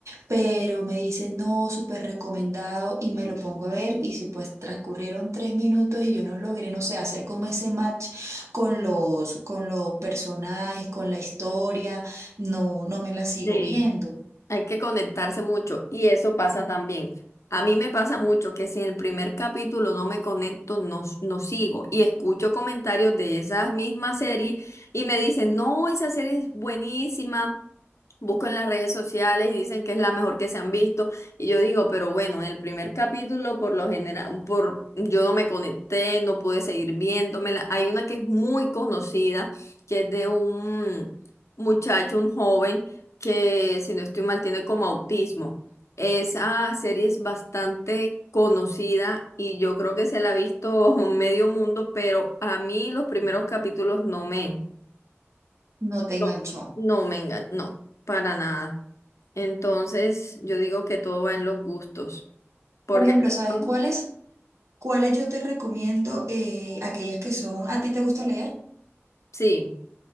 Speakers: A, on the right; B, on the left.
A: pero me dicen, no, súper recomendado y me lo pongo a ver y si pues transcurrieron tres minutos y yo no logré, no sé, hacer como ese match con los, con los personajes, con la historia, no, no me la sigo
B: Entonces,
A: viendo.
B: Hay que conectarse mucho y eso pasa también. A mí me pasa mucho que si en el primer capítulo no me conecto, no, no sigo y escucho comentarios de esas mismas series y me dicen, no, esa serie es buenísima, busco en las redes sociales y dicen que es la mejor que se han visto y yo digo, pero bueno, en el primer capítulo por lo general, por, yo no me conecté, no pude seguir viéndomela. Hay una que es muy conocida, que es de un muchacho, un joven que si no estoy mal tiene como autismo. Esa serie es bastante conocida y yo creo que se la ha visto <laughs> medio mundo, pero a mí los primeros capítulos no me,
A: No te
B: no,
A: enganchó.
B: no me engan, no, para nada. Entonces yo digo que todo va en los gustos, porque
A: Por ejemplo,
B: hay personas-
A: ¿sabes cuáles? ¿Cuáles yo te recomiendo? eh, aquellas que son, ¿a ti te gusta leer?
B: sí.